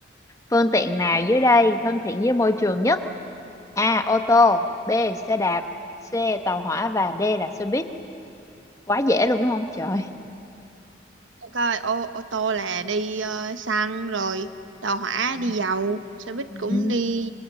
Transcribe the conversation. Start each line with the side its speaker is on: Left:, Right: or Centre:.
Left: Phương tiện nào dưới đây thân thiện với môi trường nhất A. Ô tô B. Xe đạp C. Tàu hỏa Và D là xe buýt Quá dễ luôn đúng không trời
Right: Để coi ô ô tô là đi ờ, xăng rồi tàu hỏa
Left: Ừ.
Right: đi dầu xe buýt
Left: Ừ.
Right: cũng đi